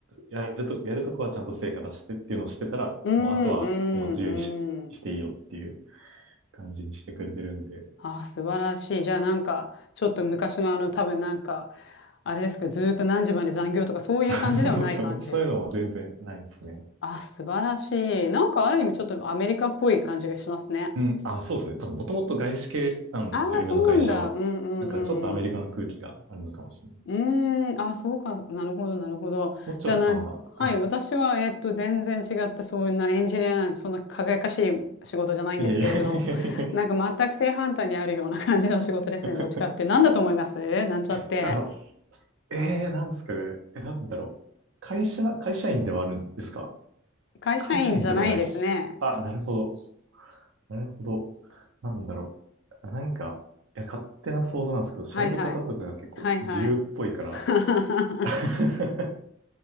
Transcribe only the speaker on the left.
うんうんうん。
あ、素晴らしい。じゃあなんか、ちょっと昔のあの、多分なんか、あれですか、ずーっと何時まで残業とかそういう感じではない感じ。
あ、素晴らしい。なんかある意味ちょっとアメリカっぽい感じがしますね。
ああ、
そうなんだ。うんうんうん。
うーん、あ、そうか、なるほど、なるほど。
じゃあ、なんか、
はい、私は、えっと、全然違って、そんなエンジニアなんて、そんな輝かしい仕事じゃないんですけれど、
<laughs> なんか全く正反対にあるような感じの仕事ですね、
どっちかって。なんだと思いますなんちゃって。
会社員じゃないですね。
はいはい。はいはい。<laughs>